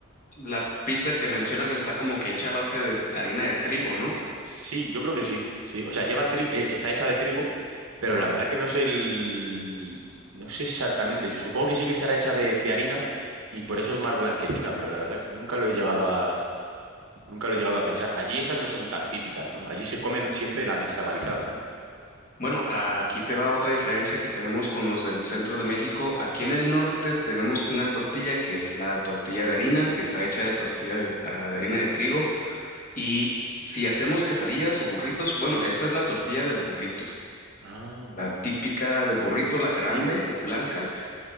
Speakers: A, on the left; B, on the right.
A: la pita que mencionas está como que hecha a base de harina de trigo, ¿no?
B: Sí, yo creo que sí. Sí, o sea, lleva tri- eh, está hecha de trigo, pero
A: Ajá.
B: la verdad que no sé el no sé exactamente. Supongo que sí que estará hecha de, de harina y por eso es más blanquecina, pero la verdad que nunca lo he llegado a nunca lo he llegado a pensar. Allí esas no son tan típicas, ¿no? Allí se comen siempre la nixtamalizada, ¿no?
A: Bueno, aquí te va otra diferencia que tenemos con los del centro de México. Aquí en el norte tenemos una tortilla que es la tortilla de harina, que está hecha de tortilla de, ah, de harina de trigo. Y si hacemos quesadillas o burritos, bueno, esta es la tortilla del burrito,
B: Ah.
A: la típica del burrito, la grande,
B: ¿Mm?
A: la blanca.